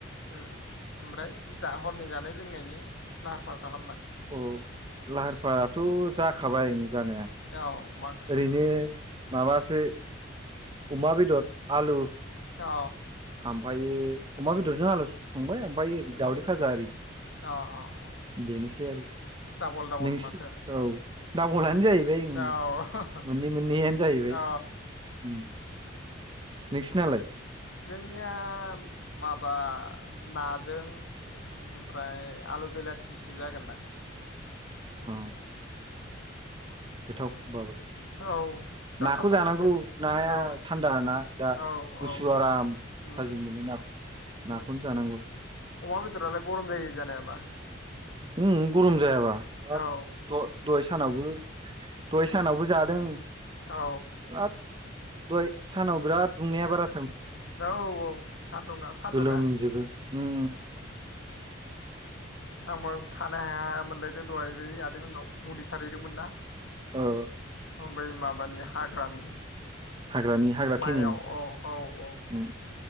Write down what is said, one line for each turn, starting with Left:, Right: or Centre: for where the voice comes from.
Left: उम ओमफ्राय जा हरनि जानाय लोंनायनि लाहार फाहार खालामबाय?
Right: औ लाहार फाहाराथ' जाखाबाय जानाया
Left: औ मा ओंख्रि संखोबा
Right: ओरैनो माबासो अमा बेदर आलु
Left: अ।
Right: ओमफ्रायो अमा बेदरजों आलु संबाय। ओमफ्राय ओरै
Left: उम
Right: दावदै फाजा ओरैनो
Left: अ अ
Right: बेनोसै आरो।
Left: डाबल डाबल
Right: नोंस
Left: माथो
Right: औ दाबलानो
Left: उम
Right: जाहैबाय
Left: औ
Right: मोननै मोननैआनो जाहैबाय।
Left: औ
Right: उम।
Left: <inaudible>
Right: नोंसिनालाय?
Left: जोंनिया माबा नाजों ओमफ्राय आलु बिलाथिसो जागोनदां।
Right: औ। गोथाव होनबाबो।
Left: औ जासाबनांसिगोन
Right: नाखौ जानांगौ नाया
Left: औ
Right: थान्दाना दा
Left: औ
Right: गुसु
Left: औ
Right: आराम।
Left: उम
Right: थाजिम मोनो नाखौ। नाखौनो
Left: उम
Right: जानांगौ
Left: अमा बेदेरालाय गरम जायो जानायाबा।
Right: उम गरम जायाबा हाब
Left: औ
Right: द-दहाय सानावबो दहाय सानावबो जादों।
Left: औ।
Right: बिराद दहाय सानाव बिराद दुंनाया बारा।
Left: औ औ सादुङा सादुङा।
Right: गोलोमजोबो उम
Left: आंबो थानो हाया हाया मोनलायदों दहाय बै आदै मोनाव मुलि सारहैदोंमोन ना।
Right: ओ
Left: ओमफ्राय माबानि हाग्रानि
Right: हाग्रानि हाग्रा
Left: माइयाव
Right: थैनायनि
Left: औ औ औ
Right: उम।